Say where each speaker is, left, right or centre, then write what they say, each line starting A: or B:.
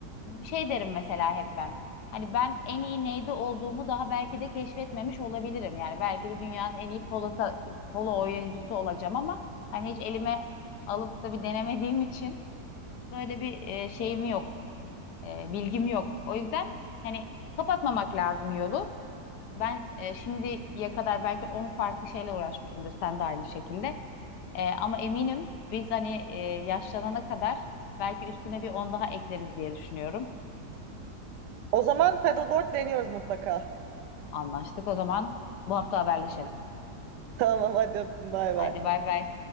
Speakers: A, on the left; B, on the right.
A: e, şey derim mesela hep ben. Hani ben en iyi neyde olduğumu daha belki de keşfetmemiş olabilirim. Yani belki de dünyanın en iyi polo, polo oyuncusu olacağım ama hani hiç elime alıp da bir denemediğim için böyle bir e, şeyim yok, e, bilgim yok. O yüzden hani kapatmamak lazım yolu. Ben e, şimdiye kadar belki 10 farklı şeyle uğraşmışımdır, sen de aynı şekilde. E, ama eminim biz hani e, yaşlanana kadar belki üstüne bir 10 daha ekleriz diye düşünüyorum.
B: O zaman paddleboard deniyoruz mutlaka.
A: Anlaştık o zaman bu hafta haberleşelim.
B: Tamam hadi öptüm bay
A: Haydi
B: bay.
A: bay bay.